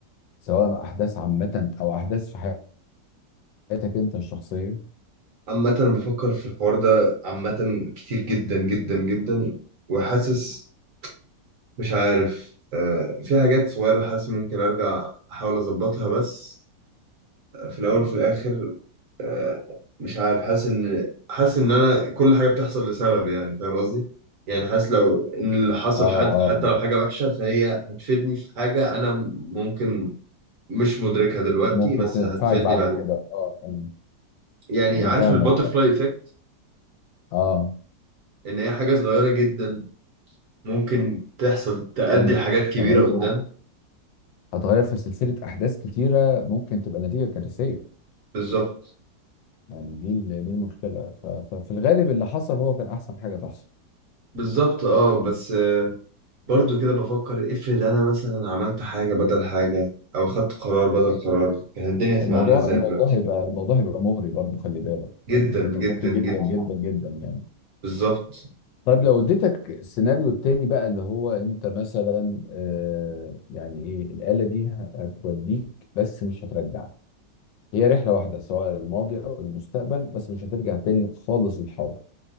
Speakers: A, on the left (about 85°); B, on the right (about 55°).
A: سواء احداث عامه او احداث في حياتك انت الشخصيه
B: عامة أنا بفكر في الحوار ده عامة كتير جدا جدا جدا وحاسس مش عارف آه، في حاجات صغيرة حاسس ممكن أرجع أحاول أظبطها بس آه، في الأول وفي الآخر آه، مش عارف حاسس إن حاسس إن أنا كل حاجة بتحصل لسبب يعني فاهم قصدي؟ يعني حاسس لو إن اللي حصل
A: اه
B: حد
A: اه
B: حتى لو حاجة وحشة فهي هتفيدني في حاجة أنا ممكن مش مدركها دلوقتي
A: ممكن
B: بس
A: تدفعك
B: هتفيدني
A: بعد
B: بعدين
A: كده اه آه.
B: يعني
A: انا
B: عارف
A: فاهمك
B: الباترفلاي إيفكت
A: اه
B: إن هي حاجة صغيرة جدا ممكن تحصل تأدي
A: تعمل
B: لحاجات كبيرة
A: تغير
B: قدام
A: هتغير في سلسله احداث كتيره ممكن تبقى نتيجه كارثيه
B: بالظبط
A: يعني دي ال- دي المشكله ف- ففي الغالب اللي حصل هو كان احسن حاجه تحصل
B: بالظبط اه بس برضو كده بفكر افرض انا مثلا عملت حاجة بدل حاجة او خدت قرار بدل قرار كانت الدنيا هتبقى
A: الموضوع
B: عاملة ازاي
A: الموضوع
B: دلوقتي
A: هيبقى الموضوع هيبقى مغري برضه خلي بالك
B: جدا
A: يعني هيبقى
B: جدا
A: مغري
B: جدا
A: جدا جدا جدا يعني
B: بالظبط
A: طيب لو اديتك السيناريو التاني بقى اللي هو انت مثلا آه يعني ايه الآلة دي هتوديك بس مش هترجعك هي رحلة واحدة سواء الماضي او المستقبل بس مش هترجع تاني خالص للحاضر